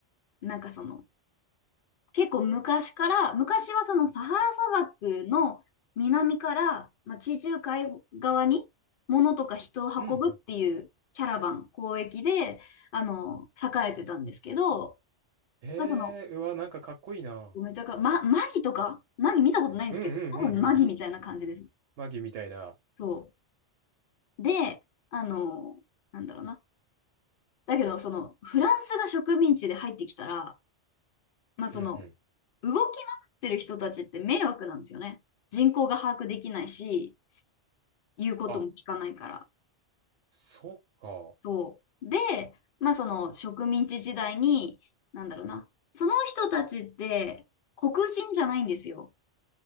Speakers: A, on the left (about 60°); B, on the right (about 75°).
A: なんかその、結構昔から、昔はそのサハラ砂漠の南から、まあ、地中海側に物とか人を運ぶっていうキャラバン、
B: うんうん。
A: 交易で、あの、栄えてたんですけど、
B: へえうわ、
A: まあ、その、
B: なんかかっこいいな。
A: めちゃか、ま、マギとかマギ見たことないんですけど、
B: うんうんうんうん。
A: 多分マギみたいな感じです。
B: み、マギみたいな。
A: そう。で、あの、なんだろうな。だけど、その、フランスが植民地で入ってきたら、まあ、その、
B: うんうん。
A: 動き回ってる人たちって迷惑なんですよね。人口が把握できないし、言うことも聞かないから。
B: あ、そっか。
A: そう。で、まあその植民地時代に、なんだろうな。その人たちって黒人じゃないんですよ。